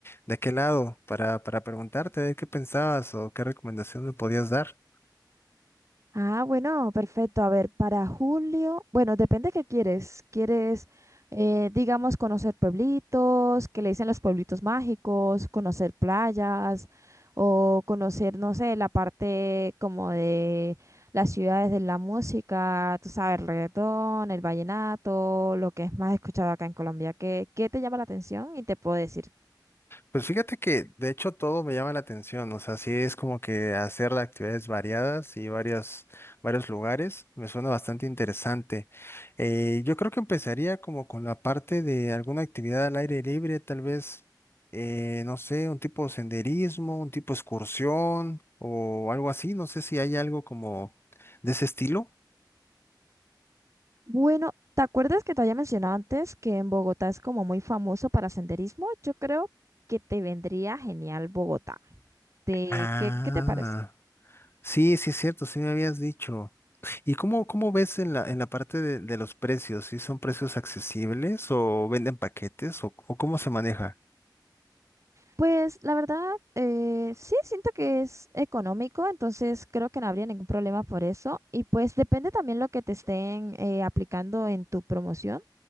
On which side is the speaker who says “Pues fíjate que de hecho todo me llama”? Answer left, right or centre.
Left